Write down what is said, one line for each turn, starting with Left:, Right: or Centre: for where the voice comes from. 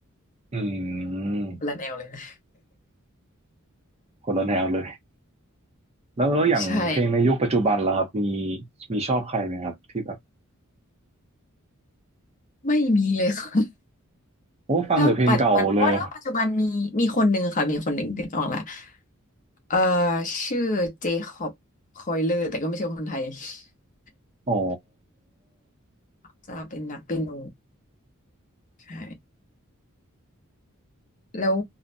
Right: อืม
Left: คนละแนวเลยนะ
Right: คนละแนวเลยแล้วแล้วอย่างเพลงในยุคปัจจุบันล่ะครับมี
Left: <laughs> ใช่
Right: มีชอบใครไหมครับที่แบบ
Left: ไม่มีเลย <laughs> ค่ะ
Right: โอ้ฟังแต่เพลงเก่าเลย
Left: ถ้าปัจจุบันโอ้ถ้าปัจจุบันมีมีคนหนึ่งค่ะมีคนหนึ่งนึกออกละเออชื่อเจคอบคอยเลอร์แต่ก็ไม่ใช่คนไทย <laughs>
Right: อ๋อ
Left: จะเป็นนักเปียโนใช่แล้ว